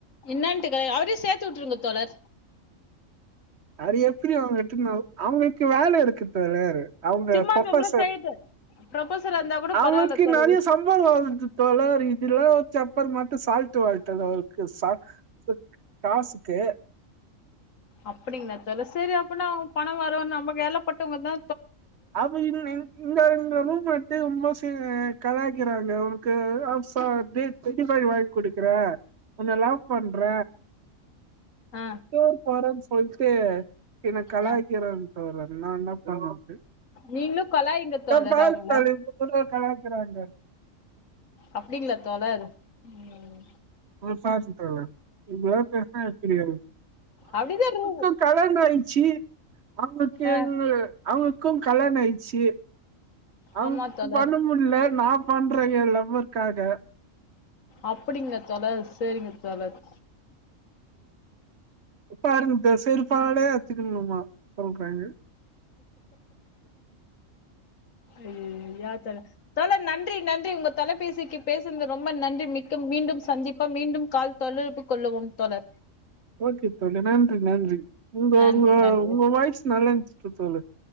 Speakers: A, on the left; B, on the right.
A: இன்னான்டு கலா அவரையு சேத்து விட்ருங்க தோழர்
B: அது எப்டி அவங்கட்ட நா அவங்களுக்கு வேல இருக்கு தோழர் அவங்க
A: சும்மா
B: ப்ரோஃபெசர்
A: டம்ள செய்து ப்ரொபசரா இருந்தா கூட
B: அவங்களுக்கு
A: பரவால்ல தோழர்
B: நெறைய சம்பளோ வருது தோழர் இ இதல்லா வச்சு அப்புறமாட்டு சால்ட்டு வாட்டர் அவருக்கு சா கு காசுக்கு
A: அப்டிங்களா தோழ செரி அப்பனா அவங்க பண வரு நம்ம வேலப்பட்டவங்கதா
B: அ <unintelligible> இந்த இந்த ரூம் மட்டு ரொம்பச் துங்க கலாய்க்கிறாங்க உனக்கு ஆ சா அப்டியே தெட்டி பேர் வாங்கி கொடுக்குற உன்ன லவ் பண்ற
A: ஆ
B: சோர் போட்றேன்னு சொல்ட்டு என்ன கலாய்க்கிறாங்க
A: ஆ
B: தோழர் நா என்ன பண்றது
A: நீங்களு கலாய்ங்க தோழர்
B: ஆ பாருங்க
A: அவங்கள
B: தோழ இந்த பக்கோ கலா க்குறாங்க
A: அப்டிங்களா தோழர் ம்
B: வர்ஷோ ஆய்டுச்சு தோழர் இப்டிலா பேசுனா எனக்கு
A: அப்டிதா ரூ
B: புடிக்காது அவங்களுக்கு
A: ஆ
B: எ அவங்களுக்கு கல்யாணோ ஆயிச்சு அவங்
A: ஆமா தோழர்
B: பண்ண முட்ல நா பண்றே எ லவ்வர்காக
A: அப்டிங்களா தோழர் செரிங்க தோழர்
B: ப்பாருங்க தோழி செருப்பாலயே அச்சுக்கனுமா சொல்றாங்க
A: ஐயய்யயோ யே தோழ தோழர் நன்றி நன்றி உங்க தொலைபேசிக்கு பேசுனது ரொம்ப நன்றி மிக்க மீண்டும் சந்திப்போ மீண்டும் கால் தொலயிட்டு கொள்ளுவும் தோழர்
B: ஓகே தோழி நன்றி நன்றி உங்க
A: நன்றி
B: உங்க
A: நன்றி
B: உங்க வாய்ஸ் நல்லா இருந்ச்சுட்டு தோழி